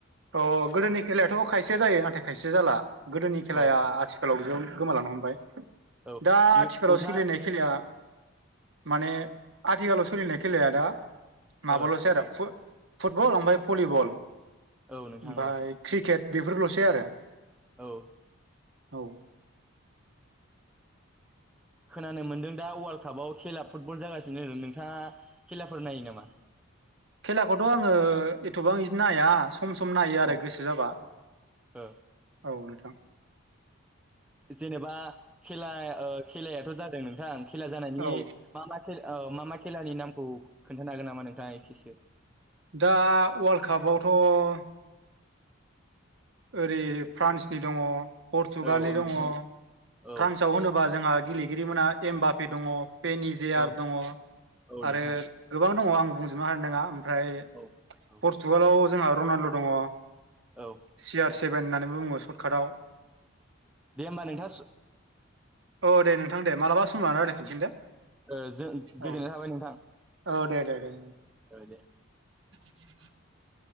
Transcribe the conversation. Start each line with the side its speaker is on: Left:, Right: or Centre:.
Right: अ गोदोनि खेलायाथ' खायसे जायो नाथाय खायसे जाला। गोदोनि खेलाया
Centre: औ
Right: आथिखालाव जोब गोमालांनो हमबाय।
Centre: औ
Right: दा
Centre: नोंथाङा
Right: आथिखालाव सोलिनाय खेलाया माने आथिखालाव सोलिनाय खेलाया दा माबाल'सै
Centre: ओ
Right: आरो फुटबल ओमफ्राय भलिबल।
Centre: औ नोंथां
Right: ओमफाय
Centre: औ
Right: क्रिकेट बेफोरल'सै आरो‌।
Centre: औ
Right: औ
Centre: खोनानो मोन्दों दा वाल्ड कापआव खेला फुटबल जागासिनो नोंथाङा खेलाफोर नायो नामा?
Right: खेलाखौथ' आङो एथ'बां इदि नाया सम सम नायो
Centre: औ
Right: आरो गोसो जाबा।
Centre: ओ
Right: औ नोंथां
Centre: जेनेबा खेला खेलायाथ' जादों नोंथां खेला जानायनि
Right: औ
Centre: मा मा खे ओ मा मा खेलानि नामखौ खोन्थानो हागोन नामा नोंथाङा एसेसो?
Right: दा वर्ल्डकपावथ' ओरै फ्रान्सनि दङ पर्तुगालनि
Centre: औ औ
Right: दङ
Centre: नोंथां औ
Right: फ्रान्सआव होनोबा जोंहा गेलेगिरि मोनहा एम बाप्पे दङ। पेनिजेयार
Centre: औ
Right: दङ
Centre: औ
Right: आरो
Centre: नोंथां
Right: गोबां दङ आं बुंजोबनो हानाय नोङा ओमफ्राय
Centre: औ औ
Right: पर्तुगालाव जोंहा रनाल्द' दङ
Centre: औ
Right: सि आर सेभेन होननानैबो बुङो सर्ट काटाव।
Centre: दे होमबा नोंथां स
Right: औ दे नोंथां दे मालाबा सम लाना रायज्लायफिनसिगोन दे।
Centre: ओ जों गोजोननाय
Right: औ
Centre: थाबाय नोंथां
Right: औ दे दे दे।
Centre: ओ दे।
Right: <inaudible>